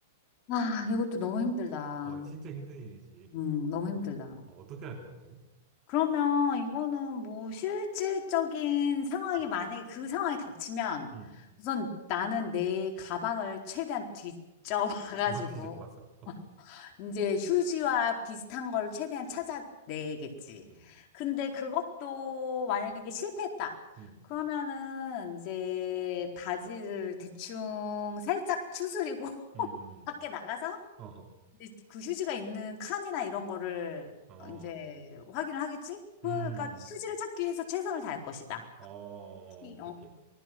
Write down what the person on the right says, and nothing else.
어, 진짜 힘든 일이지.
어, 어, 떻게 할 것 같아?
음,
음.
음. <laughs> 어, 뒤져봤어. 어,
음,
음,
음, 음.
어,
어,
음,
어, 어,
어, 오케이,
오케이.